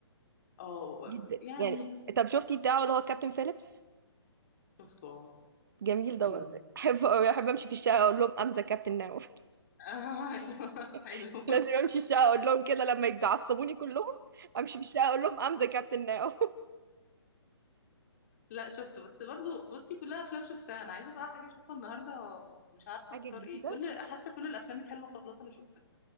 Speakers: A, on the left; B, on the right.
A: اه
B: جدا
A: يعني
B: يعني طب شفتي بتاعه اللي هو كابتن فيليبس
A: شفته اه
B: جميل ده
A: أمم.
B: برضه احب أوي احب امشي في الشقه اقول لهم امزه كابتن ناوف
A: <laughs> ايوه حلو
B: <laughs> لازم امشي الشقه اقول لهم كده لما يتعصبوني كلهم امشي في الشقه اقول لهم امزه كابتن ناوف
A: لا شفته بس برضو بصي كلها افلام شفتها انا عايزه بقى حاجه اشوفها النهارده مش عارفه
B: <laughs> حاجه
A: اختار
B: جديده
A: ايه كل حاسه كل الافلام الحلوه خلاص انا شفتها